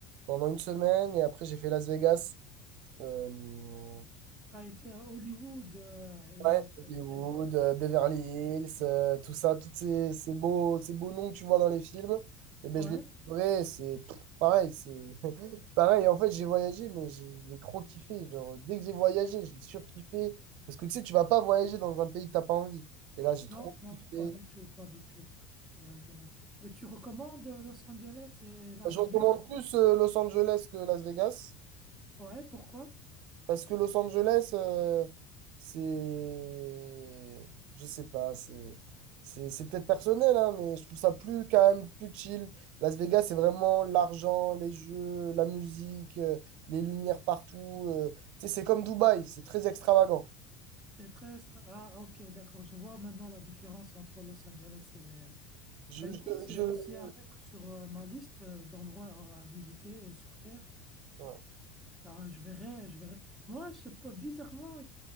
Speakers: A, on the right; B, in the centre.
A: pendant une semaine. Et après, j'ai fait Las Vegas. Euh,
B: T'as été à Hollywood euh, et
A: ouais,
B: t'as
A: Hollywood,
B: été...
A: euh, Beverly Hills, euh, tout ça, tous ces, ces beaux, ces beaux noms que tu vois dans les films. Et ben,
B: Ouais?
A: je les vrai, c'est pff, pareil. C'est <laughs> pareil. En fait, j'ai voyagé, mais j'ai j'ai trop kiffé. Genre, dès que j'ai voyagé, j'ai surkiffé. Parce que tu sais, tu vas pas voyager dans un pays que t'as pas envie. Et là, j'ai
B: Non,
A: trop
B: non,
A: kiffé.
B: pas du tout, pas du tout, pas du tout. ouais, j'imagine. Et tu recommandes euh, Los Angeles et Las
A: Je recommande
B: Vegas?
A: plus euh, Los Angeles que Las Vegas.
B: Ouais, pourquoi?
A: Parce que Los Angeles, euh, c'est. Je sais pas, c'est. C'est c'est peut-être personnel, hein, mais je trouve ça plus calme, plus chill. Las Vegas, c'est vraiment l'argent, les jeux, la musique, euh, les lumières partout. euh. Tu sais, c'est comme Dubaï, c'est très extravagant.
B: C'est très... stra- Ah, ok, d'accord. Je vois maintenant la différence entre Los Angeles et...
A: Je,
B: Bah écoute,
A: je,
B: c'est
A: je-
B: aussi à mettre sur euh, ma liste euh, d'endroits à à visiter sur Terre.
A: ouais.
B: Ah, je verrai, je verrai. Moi, je sais pas, bizarrement,